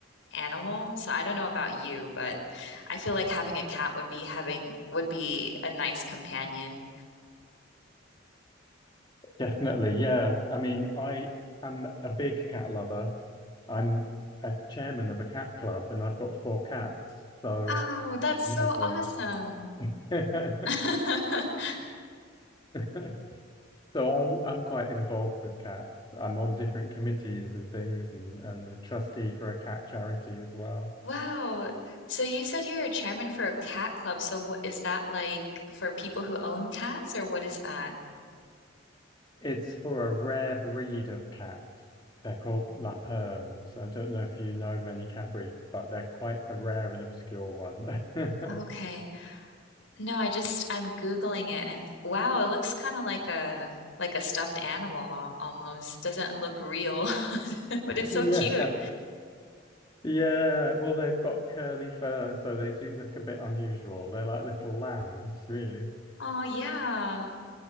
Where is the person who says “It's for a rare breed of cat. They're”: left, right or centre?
Left